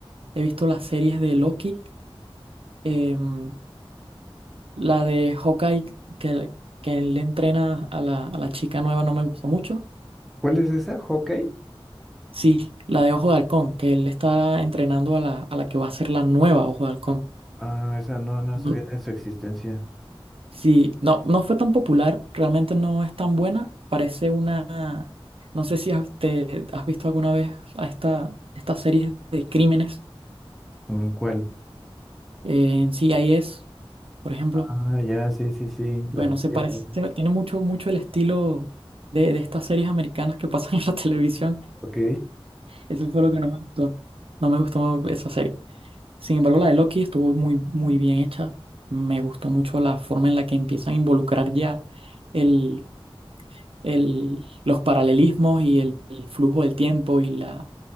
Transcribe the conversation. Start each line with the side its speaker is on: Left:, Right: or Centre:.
Right: he visto las series de Loki, em, la de Hawkeye que, que él le entrena a la, a la chica nueva no me gustó mucho.
Centre: ¿Cuál es esa? ¿Hawkeye?
Right: Sí, la de Ojo de Halcón, que él está entrenando a la, a la que va a ser la nueva Ojo de Halcón.
Centre: Ah, esa no, no
Right: No-
Centre: sabía de su existencia.
Right: Sí, no, no fue tan popular, realmente no es tan buena, parece una... No sé si has, te- has visto alguna vez a esta, estas series de crímenes
Centre: Mm, ¿Cuál?
Right: eh, en CIS. Por ejemplo,
Centre: Ah, ya, sí, sí, sí.
Right: bueno,
Centre: La, el
Right: se parece,
Centre: alma.
Right: tiene mucho, mucho el estilo de, de estas series americanas que pasan en la <laughs> televisión.
Centre: Ok.
Right: Eso fue lo que no me gustó. No me gustó esa serie. Sin embargo, la de Loki estuvo muy, muy bien hecha. Me gustó mucho la forma en la que empiezan a involucrar ya el, el, los paralelismos y el, el flujo del tiempo y la,